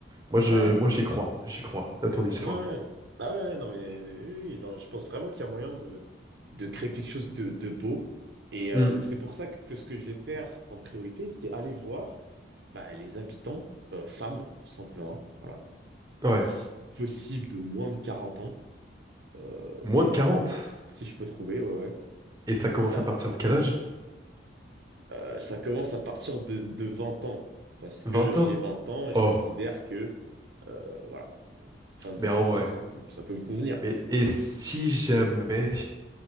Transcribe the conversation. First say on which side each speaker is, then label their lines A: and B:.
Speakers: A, on the right; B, on the right.
A: Moi je
B: ouais,
A: moi j'y crois, j'y crois à ton histoire.
B: ouais, bah ouais, non mais oui, oui, non, je pense vraiment qu'il y a moyen de, de créer quelque chose de, de beau. Et euh,
A: Hmm,
B: donc, c'est pour ça que ce que je vais faire en priorité, c'est aller voir bah, les habitants, euh, femmes, tout simplement, voilà,
A: ouais,
B: Euh, si possible de moins de quarante ans Euh,
A: moins de
B: voilà,
A: 40.
B: si je peux trouver, ouais, ouais.
A: et ça commence
B: Euh,
A: à partir de quel âge?
B: euh, ça commence à partir de, de 20 ans, parce que
A: Vingt
B: j'ai
A: ans?
B: 20 ans et
A: Oh,
B: je considère que, euh, voilà, femme
A: mais
B: de 20
A: en vrai.
B: ans, ça peut, ça peut me convenir.
A: Mais et si jamais